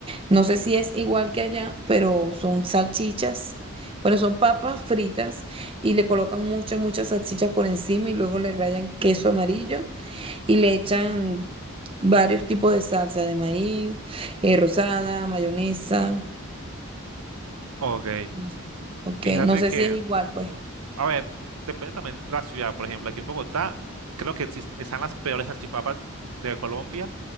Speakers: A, on the right (about 25°); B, on the right (about 85°).
A: No sé si es igual que allá, pero son salchichas. Bueno, son papas fritas y le colocan muchas, muchas salchichas por encima y luego le rayan queso amarillo y le echan varios tipos de salsa de maíz, eh, rosada, mayonesa.
B: Ok,
A: No, sé. ok,
B: fíjate
A: no sé
B: que,
A: si es igual, pues.
B: a ver, depende también de la ciudad. Por ejemplo, aquí en Bogotá, creo que exist- están las peores salchipapas de Colombia